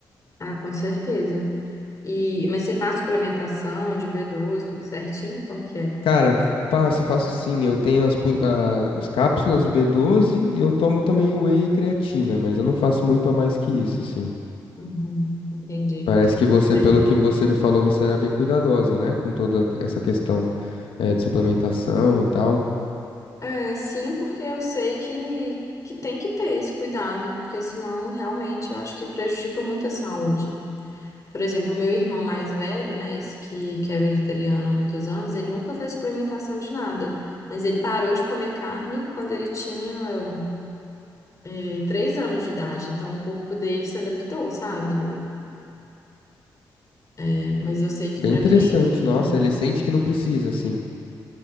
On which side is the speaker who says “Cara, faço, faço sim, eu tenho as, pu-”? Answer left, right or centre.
Left